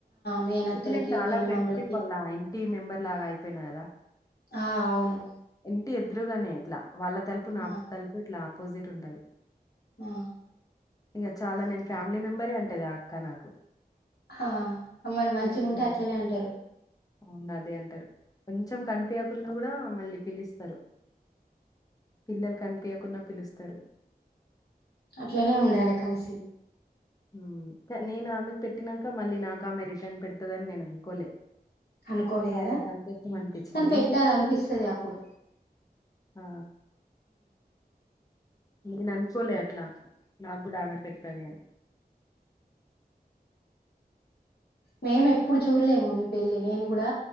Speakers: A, on the left (about 85°); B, on the left (about 20°).
A: మేనత్తలకి
B: ఇప్పుడు నేను చాలా
A: మేనమామలకి
B: ఫ్రెండ్షిప్ వల్ల ఆ ఇంటి మెంబర్ లాగా అయి పెన్నా కదా
A: ఆ అవును
B: ఇంటి ఎదురుగానే ఎట్లా వాళ్ళ తలుపు నా
A: ఆ
B: తలుపు ఇట్లా అపోజిట్ ఉంటది
A: ఆ
B: ఇక చాలా నేను ఫ్యామిలీ మెంబరే అంటది ఆ అక్క నాకు
A: హా మరి మంచిగా
B: ఫ్యామిలీ
A: ఉంటే
B: మెంబర్.
A: అట్లనే అంటరు.
B: అవును. అదే అంటారు. కొంచెం కనిపియకున్నకూడా మళ్ళీ పిలుస్తారు పిల్లలు కనిపీయకున్నా పిలుస్తరు
A: అట్లనే ఉండాలె కలిసి
B: హ్మ్ నేను ఆమెకు పెట్టినాక మళ్ళీ నాకు ఆమె రిటర్న్ పెడతదని నేను అనుకోలే
A: అనుకోలే
B: చాలా
A: కదా
B: సంతోషం అనిపిచ్చింది.
A: కానీ పెట్టాల అనిపిస్తది అప్పుడు
B: ఆ! నేను అనుకోలే అట్లా నాకు కూడా ఆమె పెడతాది అని.
A: మేమెప్పుడూ చూల్లెము మీ పెళ్లి నేను గుడా